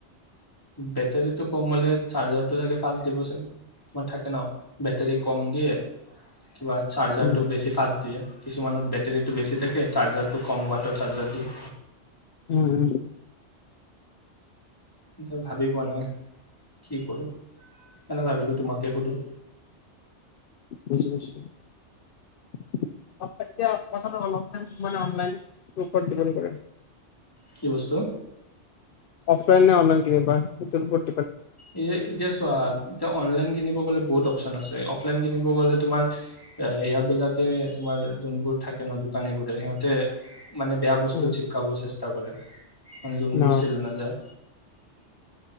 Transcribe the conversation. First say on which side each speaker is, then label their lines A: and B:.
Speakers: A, on the left (about 20°); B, on the left (about 60°).
A: বেটেৰীটো কম হ'লে চাৰ্জাৰটো চাগে ফাষ্ট দিব চাগে কিছুমান থাকে ন বেটেৰী কম দিয়ে কিবা চাৰ্জাৰটো
B: উম
A: বেছি ফাষ্ট দিয়ে কিছুমানত বেটেৰীটো বেছি থাকে চাৰ্জাৰটো কম বৱাটৰ চাৰ্জাৰ দিয়ে৷
B: উম উম
A: এতিয়া ভাবি পোৱা নাই কি কৰোঁ সেকেনে ভাবিলোঁ তোমাকে সোধো৷
B: বুজি পাইছো এক তাৰিখে কথাটো অলপ মান অনলাইন গ্ৰুপত ডিপেণ্ট কৰে
A: কি বস্তু?
B: অফলাইন নে অনলাইন কিমান পায় এতিয়ালৈকে তো <unintelligible>
A: এ যে এতিয়া চোৱা এতিয়া অনলাইন কিনিব গলে বহুত অপচন আছে অফলাইন কিনিব গলে তোমাৰ ইহঁত বিলাকে তোমাৰ যোনবোৰ থাকে ন দোকানীবোৰে সিহঁতে মানে বেয়া বস্তু
B: উম
A: চিপকাব চেষ্টা কৰে৷ যোনবোৰ
B: ন
A: চেল নাযায়